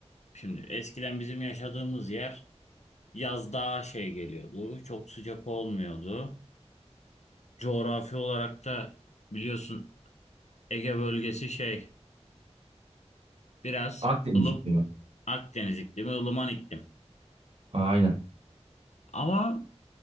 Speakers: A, on the left (about 75°); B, on the right (about 55°).
A: Şimdi eskiden bizim yaşadığımız yer Yaz daha şey geliyordu. Çok sıcak olmuyordu. Coğrafi olarak da biliyorsun Ege bölgesi şey biraz
B: Akdeniz
A: ılım
B: iklimi.
A: Akdeniz iklimi, ılıman iklim.
B: Aynen.
A: Ama